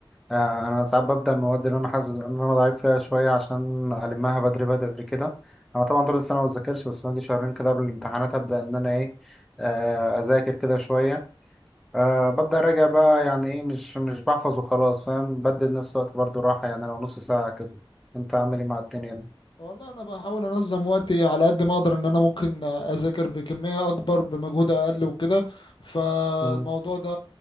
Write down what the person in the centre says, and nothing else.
آه انا ساعات ببدأ المواد اللي انا حاسس ان انا ضعيف فيها شوية عشان المها بدري بدري كده انا طبعا طول السنة ما بذاكرش بس باجي شهرين كده قبل الامتحانات ابدأ ان انا ايه آه اذاكر كده شوية آه ببدأ اراجع بقى يعني ايه مش مش بحفظ وخلاص فاهم بدل نفس الوقت برضو راحة يعني لو نص ساعة كده انت عامل ايه مع الدنيا دي
مم،